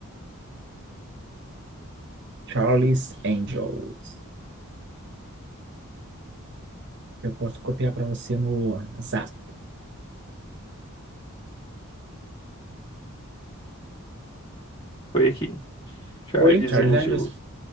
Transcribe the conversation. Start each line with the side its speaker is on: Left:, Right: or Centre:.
Right: Charlie's Angels. Eu posso copiar pra você no Zap.
Left: Foi aqui. Charles
Right: Oi, Charlie's
Left: Angel.
Right: Angels?